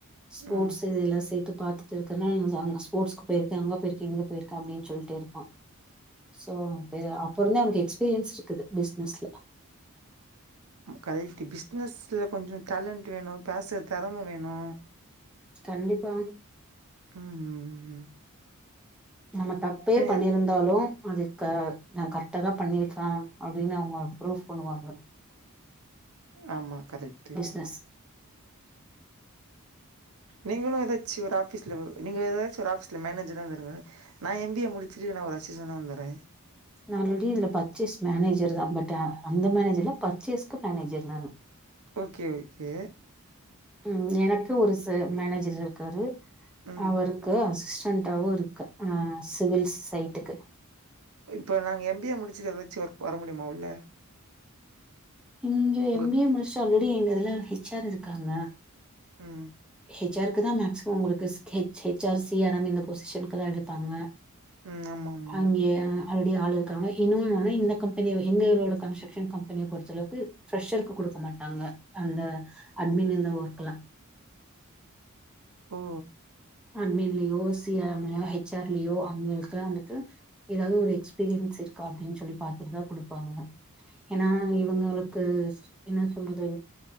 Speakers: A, in the centre; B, on the right (about 80°).
A: ஸ்போர்ட்ஸ்ஸு
B: ம்
A: இதெல்லா சேத்து பாத்து து இருக்கறனால நா <unintelligible> அங்க ஸ்போர்ட்ஸ்க்கு போய்ருக்கே அங்க போய்ருக்கே இங்க போய்ருக்க அப்டின்னு சொல்ட்டே இருப்பா சோ அப்டி தா அப்ப இருந்தே அவனுக்கு எக்ஸ்பீரியன்ஸ் இருக்குது பிஸ்னஸ்ல
B: கரெட்டு பிஸ்னஸ்ல கொஞ்சோ டேலண்டட் வேணு பேசுற தெறம வேணு
A: கண்டிப்பா
B: ம் ம் ம்
A: நம்ம தப்பே பண்ணிருந்தாலு
B: எல்
A: அதுக்க
B: ம்.
A: நா கரெக்ட்டா தா பண்ணிருக்க அப்டின்னு அவுங்க ப்ரூஃப் பண்ணுவாங்க
B: ஆமா கரெக்ட்டு
A: நஸ்
B: நீங்களு எதாச்சு ஒரு ஆபீஸ்ல நீங்க எதாச்சு ஒரு ஆபீஸ்ல மேனேஜரா இருந்துடுங்க நா எம் பி ஏ முடிச்சுட்டு நா ஒரு அசிஸனா வந்தற
A: நா ஆல்ரெடி இதுல பர்ச்சேஸ் மேனேஜர் தா பட் அந்த மேனேஜர் இல்ல பர்ச்சேஸ்க்கு மேனேஜர் நானு
B: ஓகே ஓகே
A: ம் எனக்கு ஒரு ச மேனேஜர் இருக்காரு
B: ம்.
A: அவர் கு அசிஸ்டன்டாவு இருக்க அ சிவில் சைட்டுக்கு
B: இப்ப நாங்க எம் பி ஏ முடிச்சுட்டு எதாச்சு ஒர்க் வர முடியுமா உள்ள
A: இங்க
B: உங்க
A: எம் பி ஏ முடிச்சு ஆல்ரெடி எங்க இதுல ஹெச் ஆர் இருக்காங்க
B: ம்
A: ஹெச் ஆர்க்குதா மேக்சிமம் உங்களுக்கு H H R C R M இந்த பொசிஷனுக்கு தா எடுப்பாங்க
B: ம். ஆமாமா.
A: அங்கேயா ஆல்ரெடி ஆள் இருக்காங்க இன்னொனு ஒன் இந்த கம்பெனியவே எங்களோட கன்ஸ்ட்ரக்ஷன் கம்பெனிய பொறுத்தளவுக்கு ஃப்ரெஷருக்கு குடுக்க மாட்டாங்க அந்த அட்மின் இந்த ஒர்க்லா
B: ஒ
A: அட்மின்லயோ சி ஆர் எம் லயோ ஹெச் ஆர் லயோ அவுங்களுக்குலா வந்துட்டு எதாவது ஒரு எக்ஸ்பீரியன்ஸ் இருக்கா அப்டின் சொல்லி பாத்துட்டுதா குடுப்பாங்க ஏனா இவுங்களுக்கு என்ன சொல்றது